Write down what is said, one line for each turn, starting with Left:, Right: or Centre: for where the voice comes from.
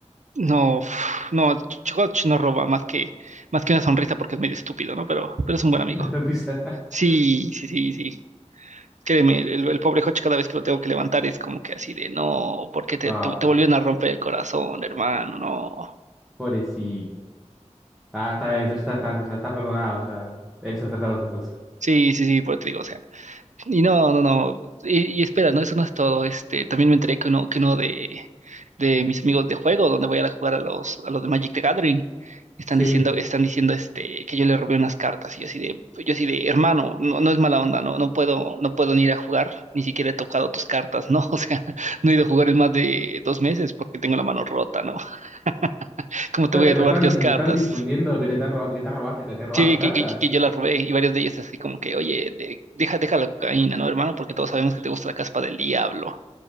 Right: no, uf, no, Chikoch no roba más que, más que una sonrisa porque es medio estúpido, ¿no? Pero, pero es un buen
Centre: <laughs>
Right: amigo.
Centre: La sonrisa. <laughs>
Right: Sí, sí, sí, sí. Créeme, el, el pobre Joch cada vez que lo tengo que levantar es como que así de, no, porque te,
Centre: Ah,
Right: te, te volvieron a romper el corazón, hermano? No.
Centre: Pobrecito. Ah, está bien, entonces está, está, ya está perdonado, ya. Esos tratados estos.
Right: Sí, sí, sí, por eso te digo, o sea. Y no, no, no. Y, y espera, no, eso no es todo. Este, también me enteré que uno, que uno de, de mis amigos de juego, donde voy a ir a jugar a los, a los de Magic the Gathering, están
Centre: Sí.
Right: diciendo, están diciendo este, que yo le robé unas cartas. Y yo así de, yo así de, hermano, no, no es mala onda, no, no puedo, no puedo ni ir a jugar, ni siquiera he tocado tus cartas, ¿no? <laughs> O sea, no he ido a jugar en más de dos meses porque tengo la mano rota, ¿no? <laughs> ¿Cómo te
Centre: Ta-
Right: voy a
Centre: Pero
Right: robar
Centre: están,
Right: yo las cartas?
Centre: están difundiendo que te están robando, que estás robaste, ca- que robaste
Right: Sí, que,
Centre: cartas.
Right: que, que yo la robé y varios de ellos así como que, oye, de- deja, deja la cocaína, ¿no, hermano? Porque todos sabemos que te gusta la caspa del diablo.